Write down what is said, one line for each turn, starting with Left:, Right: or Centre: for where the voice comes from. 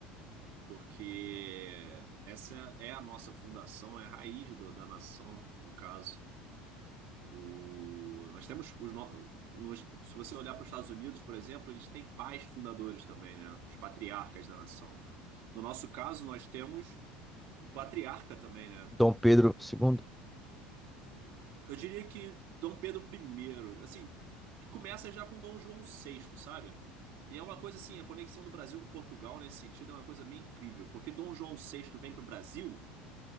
Right: Porque essa é a nossa fundação, é a raiz do- da nação, no caso. O, nós temos os, no- nos- se você olhar para os Estados Unidos, por exemplo, eles têm pais fundadores também, né? Os patriarcas da nação. No nosso caso, nós temos o patriarca também, né?
Centre: Dom Pedro II.
Right: Eu diria que Dom Pedro I, assim, começa já com Dom João VI, sabe? E é uma coisa assim, a conexão do Brasil com Portugal nesse sentido é uma coisa meio incrível, porque Dom João VI vem para o Brasil,